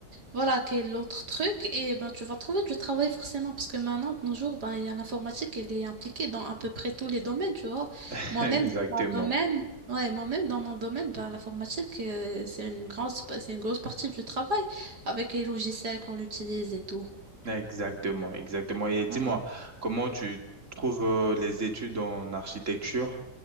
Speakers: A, on the right (about 80°); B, on the right (about 50°).
A: voilà, quel autre truc, et ben tu vas trouver du travail forcément, parce que maintenant, de nos jours, ben, il y a l'informatique, elle est impliquée dans à peu près tous les domaines, tu vois.
B: <laughs>
A: Moi-même,
B: Exactement.
A: dans mon domaine, ouais, moi-même, dans mon domaine, ben, l'informatique, euh, c'est une grosse, c'est une grosse partie du travail, avec les logiciels qu'on utilise et tout.
B: Exactement, exactement. Et dis-moi,
A: Ouais.
B: comment tu trouves euh, les études en architecture?